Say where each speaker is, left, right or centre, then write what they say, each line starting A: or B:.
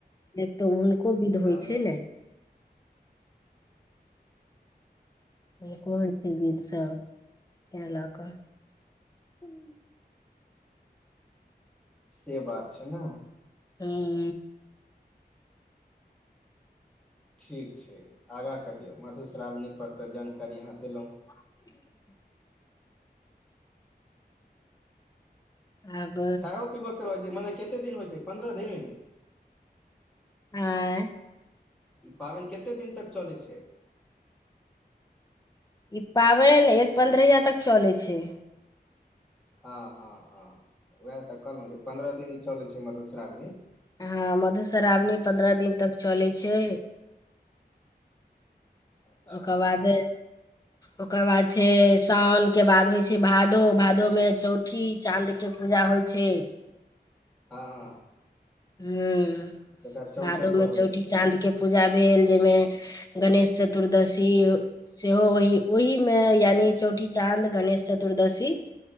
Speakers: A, on the left; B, in the centre.
A: एक तऽ हुनको विध होइ
B: ओ
A: छै ने हम कोन छी विधसभ तैं लऽ कऽ हूँ <inaudible>
B: से बात छै ने
A: हँ
B: ठीक छै आगाँ कहियौ मधुश्रावणी पर तऽ जानकारी अहाँ देलहुँ
A: <unintelligible> आब
B: खायो छै मने कते दिन होइ छै पन्द्रह दिन
A: आँ
B: ई पाबैन कते दिन तक चलै छै
A: ई पाबनि एक पन्द्रहिया तक चलैत छै
B: हँ हँ हँ उएह तऽ कहलमे जे पंन्द्रह दिन ई चलैत छै मधुश्रावणी
A: हँ मधुश्रावणी पन्द्रह दिन तक चलैय छै
B: अच्छा
A: ओकर बाद
B: <inaudible>
A: ओकर बाद छै सावनके बाद होइ छै भादो भादोमे चौठी चाँदके पूजा होइ छै
B: हँ हँ
A: हू
B: जेकरा चौड़चन
A: भादो
B: कहल
A: में चौठी
B: जाइ छै
A: चाँद के पूजा भेल जाहिमे गणेश चतुर्दशी सेहो ओहि ओहिमे यानि चौठी चाँद गणेश चतुर्दशी